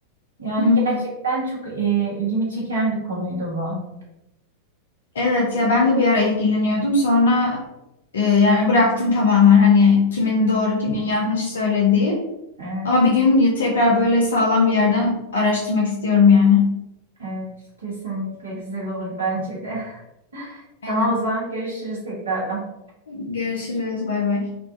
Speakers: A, on the right; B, on the left.
A: Yani
B: Hı hı.
A: gerçekten çok eee, ilgimi çeken bir konuydu bu.
B: Evet ya ben de bir ara ilgileniyordum. Sonra e, yani bıraktım tamamen hani kimin doğru kimin yanlış söylediği.
A: Evet,
B: Ama bir gün tekrar böyle sağlam bir yerden araştırmak istiyorum yani.
A: evet, kesinlikle güzel olur bence de.
B: Aynen.
A: Tamam o zaman görüşürüz tekrardan.
B: Görüşürüz. Bay bay.